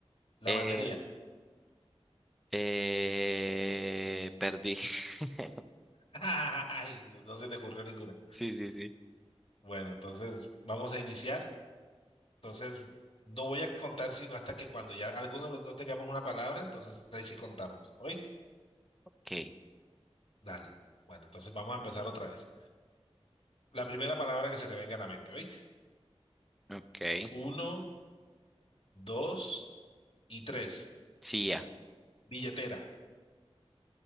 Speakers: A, on the left; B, in the centre.
A: Lavandería.
B: Eh, eh, perdí. <laughs>
A: <laughs> Ay, no no se te ocurrió ninguna.
B: Sí, sí, sí.
A: Bueno, entonces vamos a iniciar. Entonces, no voy a contar sino hasta que cuando ya alguno de los dos tengamos una palabra, entonces ahí sí contamos. ¿Oíste?
B: Ok.
A: Dale. Bueno, entonces vamos a empezar otra vez. La primera palabra que se te venga a la mente, ¿oíste?
B: Ok.
A: Uno, dos y tres.
B: Sí, ya.
A: Billetera.